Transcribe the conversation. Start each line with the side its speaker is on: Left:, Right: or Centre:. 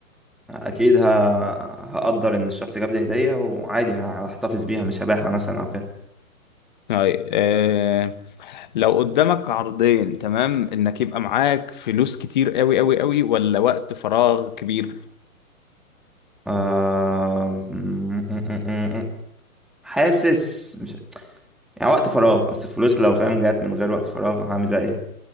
Centre: أكيد ه... هقدر إن الشخص جاب لي هدية وعادي هحتفظ بيها مش هبيعها مثلا أو كده
Left: هاي آه... لو قدامك عرضين تمام انك يبقى معاك فلوس كتير قوي قوي قوي ولا وقت فراغ كبير
Centre: آه... <laughs> حاسس مش يعني وقت فراغ اصل الفلوس لو فاهم جات من غير وقت فراغ هعمل بقى ايه